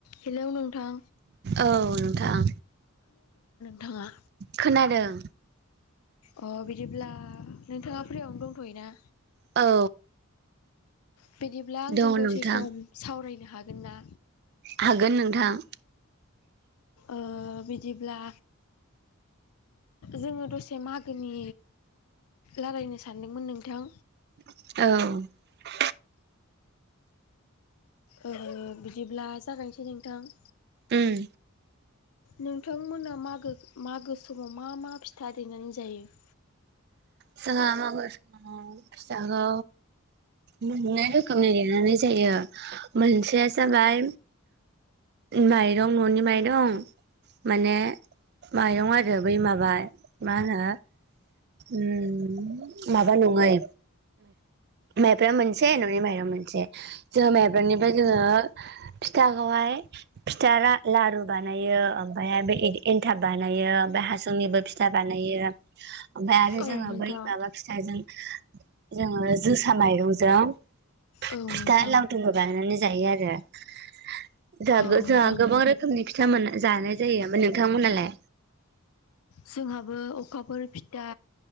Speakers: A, on the left; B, on the right.
A: हेलौ नोंथां
B: औ नोंथां।
A: थाङा
B: खोनादों।
A: अ बिदिब्ला नोंथाङा फ्रियावनो दंथ'यो ना?
B: औ
A: बिदिब्ला आंजों
B: दङ
A: दसे
B: नोंथां
A: सम सावरायनो हागोन ना?
B: हागोन नोंथां।
A: ओ बिदिब्ला जोङो दसे मागोनि रालायनो सानदोंमोन नोंथां।
B: औ
A: ओ बिदिब्ला जागायनोसै नोंथां
B: ओम
A: नोंथांमोना मागो मागो समाव मा मा फिथा दनानै जायो? <inaudible>
B: जोङा मागो समाव फिथाखौ मोननै रोखोमनि लिरनानै जायो मोनसेया जाबाय माइरं न'नि माइरं माने माइरं आरो बै माबा मा होनो उम माबा नङै माइफ्रा मोनसे न'नि माइब मोनसे जोङो माइब्रनिफ्राय जोङो फिथाखौहाय थारा लारु बानायो ओमफ्रायहाय बे एनथाब बानायो ओमफ्राय हासुंनिबो फिथा बानायो ओमफ्राय आरो
A: औ नोंथां औ
B: जोङो
A: नोंथां
B: बै माबा फिथाजों जोङो जोसा माइरंजों
A: औ
B: फिथा
A: नोंथां
B: लावदुमबो बानायनानै जायो आरो
A: औ नोंथां
B: जोंहा गोबां रोखोमनि फिथा मोन जानाय जायो ओफ्राय नोंथांमोनहालाय
A: जोंहाबो अखाफोर फिथा